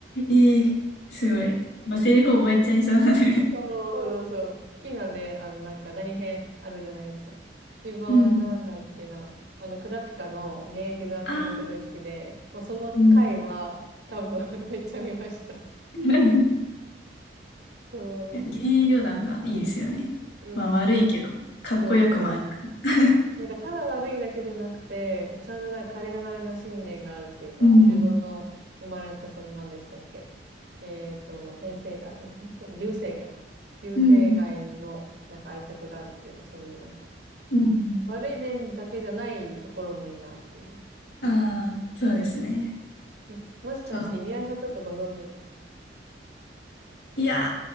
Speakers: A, on the left (about 75°); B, on the right (about 75°).
A: ええすごい。もうセリフ覚えちゃいそうなので
B: そうそうそう。好きなね、あの、なんか何編あるじゃないですか。一番なんだっけな。
A: <laughs> うん。
B: あの、クラピカの現役団編がすごい好きで、
A: ああ、
B: もうその回は多分
A: うん。
B: <laughs> めっちゃ見ました。
A: <laughs>
B: そ
A: 幻影旅団がいいですよね。
B: う。うんうん。
A: まあ悪いけど、かっこよくもあるから。
B: そうそう。なんかただ悪いだけじゃなくて、ちゃんとなんか彼らなりの信念があるっていうか、
A: <laughs> うん。
B: その自分の生まれたその何でしたっけえっと、天生涯の、天生流星街か。流星街のなんか愛着があるっていうか、
A: うん。
B: そういうなんか、
A: うん。
B: 悪い面だけじゃないところもいいなっていう。うん。
A: ああ、そうですね。
B: え、もしかしてイニアシャとかご存知ですか
A: そう。いやー、